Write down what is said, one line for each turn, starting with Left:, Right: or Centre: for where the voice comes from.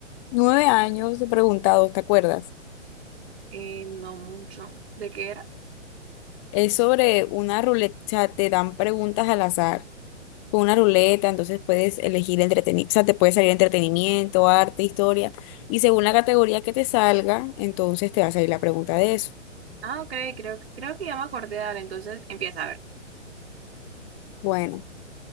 Left: nueve años, te preguntado, ¿te acuerdas?
Right: eh, no mucho. ¿De qué era?
Left: Es sobre una ruleta, o sea, te dan preguntas al azar con una ruleta, entonces puedes elegir entretenimiento, o sea, te puede salir entretenimiento, arte, historia, y según la categoría que te salga, entonces te va a salir la pregunta de eso.
Right: Ah, ok, creo, creo que ya me acordé, dale, entonces empieza a ver.
Left: Bueno,